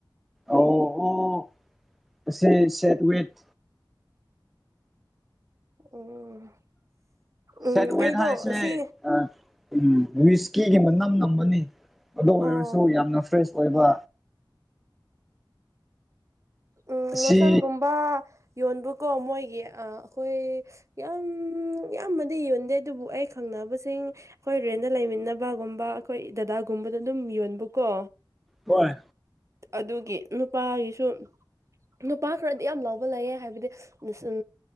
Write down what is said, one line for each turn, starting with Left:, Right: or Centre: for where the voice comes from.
Centre: ꯑꯣ ꯑꯣꯁꯦ ꯁꯦꯠꯋꯦꯠ
Right: ꯎꯝ ꯎꯝ
Centre: ꯁꯦꯠ ꯋꯦ
Right: ꯑꯩꯗꯣ
Centre: ꯊꯥ ꯏꯦ
Right: ꯑꯁꯤ
Centre: ꯑ ꯎꯝ ꯋꯤꯁꯀꯤꯒꯤ ꯃꯅꯝ ꯅꯝꯕꯅꯤ ꯑꯗꯨ ꯑꯣꯏꯔꯁꯨ
Right: ꯑꯣ
Centre: ꯌꯥꯝꯅ ꯐ꯭ꯔꯦꯁ ꯑꯣꯏꯕ
Right: ꯎꯝ
Centre: ꯑꯁꯤ
Right: ꯂꯣꯁꯟꯒꯨꯝꯕ ꯌꯣꯟꯕꯀꯣ ꯃꯣꯏꯒꯤ ꯑ ꯑꯩꯈꯣꯏ ꯌꯥꯝ ꯏꯌꯥꯝꯕꯗꯤ ꯌꯣꯟꯗꯦ ꯑꯗꯨꯕꯨ ꯑꯩ ꯈꯪꯅꯕꯁꯤꯡ ꯑꯩꯈꯣꯏ ꯔꯦꯟꯗ ꯂꯩ ꯇꯃꯤꯠꯅꯕꯒꯨꯝꯕ ꯑꯩꯈꯣꯏ ꯗꯗꯥꯒꯨꯝꯕꯗ ꯑꯗꯨꯝ ꯌꯣꯟꯕꯀꯣ
Centre: ꯍꯣꯏ
Right: ꯑꯗꯨꯒꯤ ꯅꯨꯄꯥꯒꯤꯁꯨ ꯅꯨꯄꯥ ꯈꯔꯗꯤ ꯌꯥꯝ ꯂꯕ ꯂꯩꯑ ꯍꯥꯏꯕꯗꯤ ꯎ